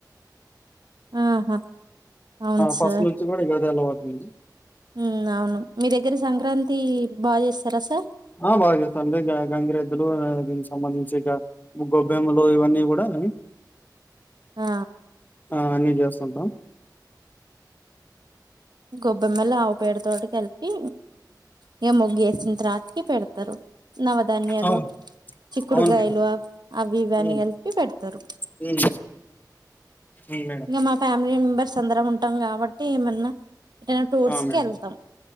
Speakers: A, on the right; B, on the left.
A: ఆహా అవున్ సార్
B: ఫస్ట్ నుంచి గూడా ఇగ అదే అలవాటండి.
A: మ్ అవును మీ దగ్గర సంక్రాంత్ తి బాచేస్తారా సార్
B: ఆ బాగా చేత్తంది గ గంగిరెద్దులు దీనికి సంబంధించి ఇక గొబ్బెమ్మలు ఇవన్నీ గుడా అని
A: ఆ
B: ఆ అన్నీ చేస్తుంటాం
A: గొబ్బెమల ఆవు పేడతోటి కలిపి ఇగ ముగ్గేసి ఇట్ రా కి పెడతరు నవధాన్యాలు
B: అవును.
A: చిక్కుడుగాయలు
B: అవును మేడం.
A: అవి ఇవి అన్ని
B: హ్మ్.
A: కలిపి పెడతరు.
B: హ్మ్. హ్మ్. మేడం.
A: ఇంగా మా ఫ్యామిలీ మెంబర్స్ అందరం ఉంటాం కాబట్టి ఏమన్నా ఎటేనా టూర్స్
B: ఆ! మేడం.
A: కి ఏళ్తాం